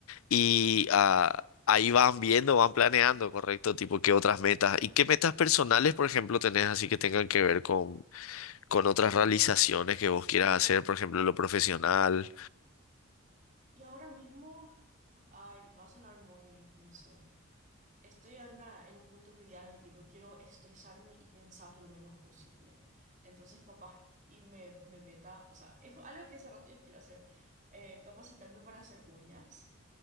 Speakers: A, on the left; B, on the right.
A: Y ah, ahí van viendo, van planeando, correcto, tipo, qué otras metas. ¿Y qué metas personales, por ejemplo, tenés así que tengan que ver con, con otras realizaciones que vos quieras hacer, por ejemplo, lo profesional?
B: Y ahora mismo, ay, va a sonar muy, no sé. Estoy en, una- en un punto en mi vida en el que yo quiero estresarme y pensar lo menos posible. Entonces, capaz, y me, me meta, o sea, es algo que hace rato yo quiero hacer, eh, capacitarme para hacer uñas,